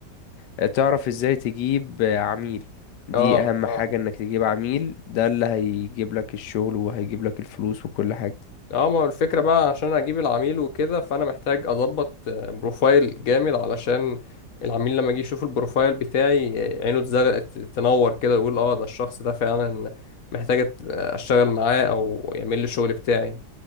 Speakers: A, on the left; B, on the left.
A: آه، تعرف ازاي تجيب عميل دي
B: اه
A: اهم
B: اه
A: حاجة انك تجيب عميل ده اللي هيجيب لك الشغل وهيجيب لك الفلوس وكل حاجة
B: اه ما هو الفكرة بقى عشان اجيب العميل وكده فانا محتاج اظبط آه، بروفايل جامد علشان العميل لما يجي يشوف البروفايل بتاعي آه، عينه تزغ- تنور كده يقول اه ده الشخص ده فعلا محتاج أت- اشتغل معاه او يعمل لي الشغل بتاعي